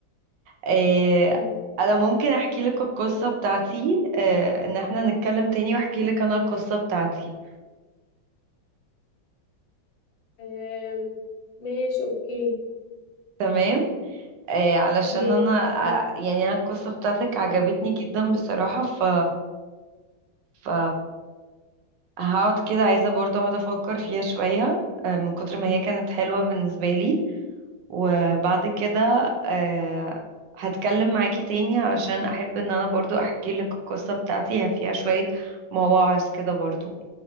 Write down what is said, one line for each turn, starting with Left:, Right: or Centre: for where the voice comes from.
Right: إيه
Left: مم.
Right: انا ممكن احكي لك القصة بتاعتي إيه ان احنا نتكلم تاني واحكي لك انا القصة بتاعتي
Left: آم، ماشي أوكي
Right: تمام إيه علشان
Left: ماشي
Right: انا
Left: خلاص.
Right: ع- يعني انا القصة بتاعتك عجبتني جدا بصراحة ف ف هقعد كده عايزة برضه اقعد افكر فيها شوية آه، من كتر ما هي كانت حلوة بالنسبة لي وبعد كده آه، هتكلم معاكي تاني علشان احب ان انا برضو احكي لك القصة بتاعتي هي فيها شوية مواعظ كده برضو